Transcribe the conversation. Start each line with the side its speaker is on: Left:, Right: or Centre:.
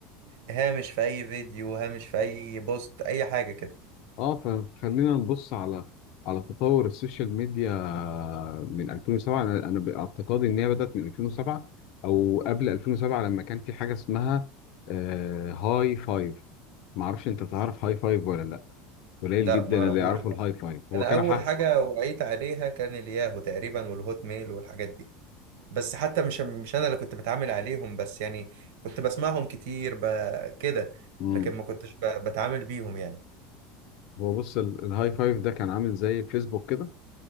Right: هامش في اي فيديو هامش في اي بوست اي حاجة كده
Left: اه فخلينا نبص على على تطور السوشيال ميديا من 2007 انا أنا باعتقادي ان هي بدات من 2007 او قبل 2007 لما كان في حاجه اسمها آه هاي فايف ما اعرفش انت تعرف هاي فايف ولا لا قليل
Right: لا
Left: جدا
Right: ما اعرفوش
Left: اللي يعرفوا الهاي فايف هو
Right: انا
Left: كان
Right: اول
Left: حق
Right: حاجه وعيت عليها كان الياهو تقريبا والهوت ميل والحاجات دي بس حتى مش مش انا اللي كنت بتعامل عليهم بس يعني كنت بسمعهم كتير ب... كده
Left: مم.
Right: لكن ما كنتش ب... بتعامل بيهم يعني
Left: هو بص ال- الهاي فايف ده كان عامل زي فيسبوك كده